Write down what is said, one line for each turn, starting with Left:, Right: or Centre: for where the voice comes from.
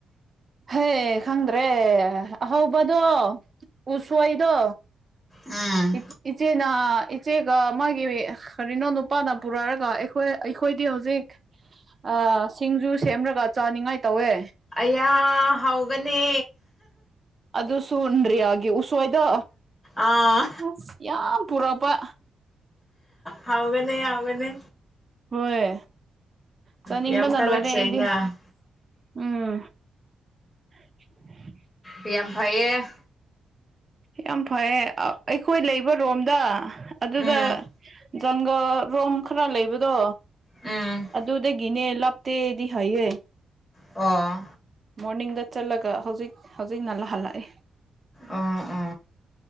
Right: ꯍꯦ ꯈꯪꯗ꯭ꯔꯦ ꯑꯍꯧꯕꯗꯣ ꯎꯁꯣꯏꯗꯣ
Left: ꯎꯝ
Right: ꯏ ꯏꯆꯦꯅ ꯏꯆꯦꯒ ꯃꯥꯒꯤ ꯀꯔꯤꯅꯣ ꯅꯨꯄꯥꯅ ꯄꯨꯔꯛꯑꯒ ꯑꯩꯈꯣꯏ ꯑꯩꯈꯣꯏꯗꯤ ꯍꯧꯖꯤꯛ ꯑꯥ ꯁꯤꯡꯖꯨ ꯁꯦꯝꯔꯒ ꯆꯥꯅꯤꯡꯉꯥꯏ ꯇꯧꯋꯦ
Left: ꯑꯌꯥ ꯍꯥꯎꯒꯅꯤ
Right: ꯑꯗꯨꯁꯨꯨ ꯎꯟꯗ꯭ꯔꯤꯌꯥꯒꯤ ꯎꯁꯣꯏꯗꯣ
Left: ꯑꯥ
Right: ꯑꯁ ꯌꯥꯝ ꯄꯨꯔꯛꯄ
Left: ꯍꯥꯎꯒꯅꯤ ꯌꯥꯎꯒꯅꯤ
Right: ꯍꯣꯏ ꯆꯥꯅꯤꯡꯕꯅ
Left: ꯌꯥꯝ ꯀꯜꯂꯛꯆꯩꯅ
Right: ꯂꯣꯏꯔꯦ ꯑꯩꯗꯤ ꯎꯝ <inaudible>
Left: ꯌꯥꯝ ꯍꯩꯌꯦ
Right: ꯌꯥꯝ ꯐꯩꯌꯦ ꯑꯩꯈꯣꯏ ꯂꯩꯕ ꯔꯣꯝꯗ ꯑꯗꯨꯗ
Left: ꯎꯝ
Right: ꯖꯪꯒꯜꯔꯣꯝ ꯈꯔ ꯂꯩꯕꯗꯣ
Left: ꯎꯝ
Right: ꯑꯗꯨꯗꯒꯤꯅꯦ ꯂꯞ ꯇꯦꯗꯤ ꯍꯩꯌꯦ
Left: ꯑꯣ
Right: ꯃꯣꯔꯅꯤꯡꯗ ꯆꯠꯂꯒ ꯍꯧꯖꯤꯛ ꯍꯧꯖꯤꯛ ꯉꯟꯂꯥ ꯍꯜꯂꯛꯑꯦ
Left: ꯑꯣ <unintelligible>